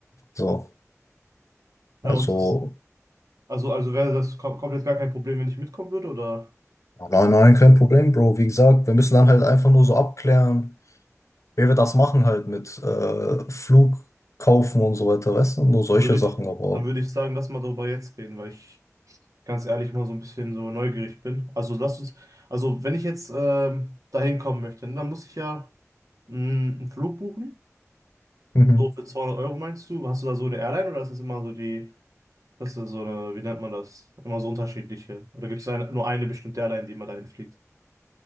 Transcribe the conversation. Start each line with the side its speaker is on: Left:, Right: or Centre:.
Left: So,
Right: Ja,
Left: also
Right: und das, also, also wäre das kom komplett gar kein Problem, wenn ich mitkommen würde, oder
Left: ja, nein, nein, kein Problem, Bro. Wie gesagt, wir müssen dann halt einfach nur so abklären. Wer wird das machen halt mit äh, Flug kaufen und so weiter, weißt du? Nur solche
Right: dann würde ich,
Left: Sachen, aber.
Right: dann würde ich sagen, lass mal darüber jetzt reden, weil ich ganz ehrlich mal so ein bisschen so neugierig bin. Also lass uns, also wenn ich jetzt ähm, dahin kommen möchte, ne, dann muss ich ja mh, einen Flug buchen.
Left: Mhm.
Right: So für 200 Euro meinst du? Hast du da so eine Airline oder ist das immer so die, das ist so eine, wie nennt man das? Immer so unterschiedliche. Oder gibt es eine, nur eine bestimmte Airline, die immer dahin fliegt?